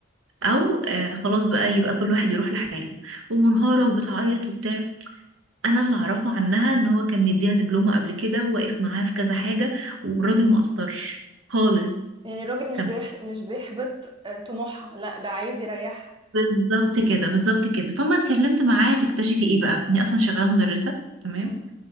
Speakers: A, on the right; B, on the right.
A: او آه خلاص بقى يبقى كل واحد يروح لحاله ومنهارة وبتعيط وبتاع انا اللي اعرفه عنها ان هو كان مديها دبلومه قبل كده وواقف معاها في كذا حاجه والراجل ما قصرش خالص
B: يعني الراجل مش
A: طب
B: بيح... مش بيحبط آه، طموحها لا ده عايز يريحها
A: بالظبط كده بالظبط كده فما اتكلمت معاه تكتشفي ايه بقى اني اصلا شغاله مدرسه تمام
B: مم.